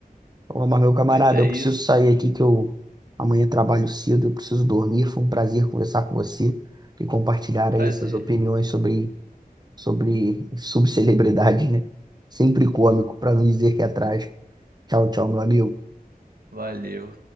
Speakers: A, on the right (about 25°); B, on the right (about 75°).
A: Ô, mas meu camarada,
B: Mas é
A: eu
B: isso.
A: preciso sair aqui que eu amanhã trabalho cedo, eu preciso dormir. Foi um prazer conversar com você e compartilhar
B: Foi um prazer.
A: aí essas opiniões sobre, sobre subcelebridade, né? Sempre cômico, para não dizer que é trágico. Tchau, tchau, meu amigo.
B: Valeu.